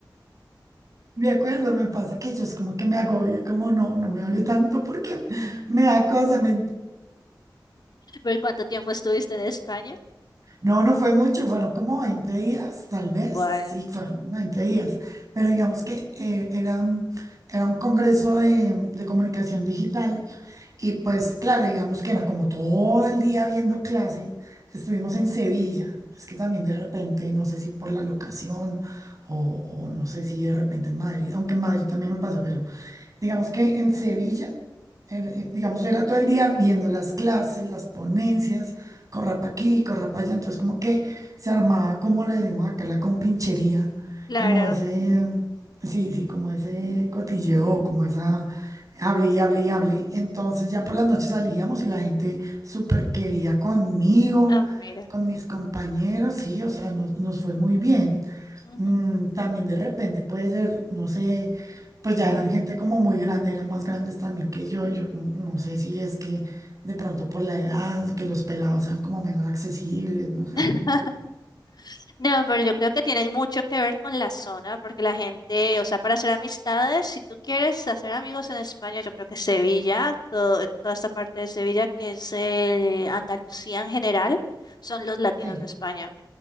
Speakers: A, on the right; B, on the left.
A: De acuerdo, me pasa que yo es como que me agobio, como no, no me hable tanto porque me da cosa, me
B: ¿Por cuánto tiempo estuviste en España?
A: No, no fue mucho, fueron como 20 días, tal vez,
B: Bueno,
A: sí, fueron 20 días, pero digamos que eh, era, un- era un congreso de, de comunicación digital y pues claro, digamos que era como todo el día viendo clase, estuvimos en Sevilla, es que también de repente, no sé si por la locación o, o no sé si de repente en Madrid, aunque en Madrid también me pasó, pero Digamos que en Sevilla, el- eh, digamos, era todo el día viendo las clases, las ponencias, corra para aquí, corra para allá. Entonces, como que se armaba, como le decimos acá, la compinchería,
B: claro.
A: como ese, em, sí, sí, como ese cotilleo, como esa, hable y hable y hable. Entonces, ya por las noches salíamos y la gente súper quería conmigo,
B: Ah, mira.
A: con mis compañeros, sí, o sea, nos, nos fue muy bien.
B: Ujú.
A: Mm, también de repente puede ser, no sé pues ya eran gente como muy grande, eran más grandes también que yo, y yo como que no sé si es que de pronto por la edad, que los pelados sean como menos accesibles, no sé.
B: <laughs> No, pero yo creo que tiene mucho que ver con la zona, porque la gente, o sea, para hacer amistades, si tú quieres hacer amigos en España, yo creo que Sevilla, todo- toda esta parte de Sevilla que es eh, Andalucía en general, son los latinos
A: Sí.
B: de España.